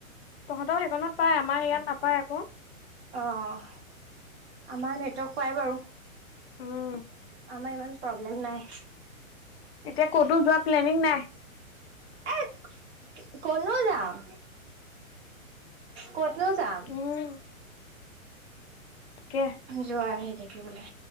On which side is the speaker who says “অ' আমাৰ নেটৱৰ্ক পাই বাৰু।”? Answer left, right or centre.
Right